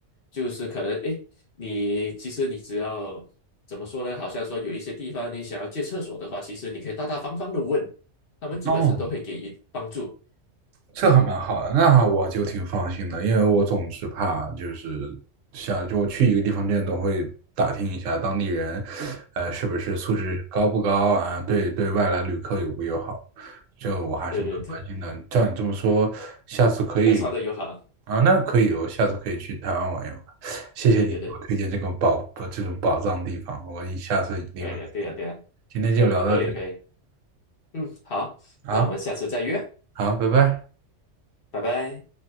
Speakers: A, on the left (about 55°); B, on the right (about 85°).
A: 就是可能诶，你其实你只要怎么说呢？好像说有一些地方你想要借厕所的话，其实你可以大大方方的问，他们基本上都会给予帮助。
B: 哦这还蛮好的，那我就挺放心的，因为我总是怕就是想就去一个地方之前总会打听一下当地人，呃，是不是素质高不高啊？
A: 嗯，
B: 对对外来旅客友不友好，这我还是蛮关心的。
A: 对对，特
B: 照你这么说，下次可以
A: 非常的友好。
B: 啊，那可以，我下次可以去台湾玩一玩。谢谢你给我推荐这个宝不这种宝藏地方，
A: 对对对，
B: 我一下次一定会去的。
A: 对呀对呀对呀，
B: 今天就聊到这
A: 可以可以。嗯，好，
B: 儿啊，
A: 那我们下次再约，
B: 好，拜拜。
A: 拜拜。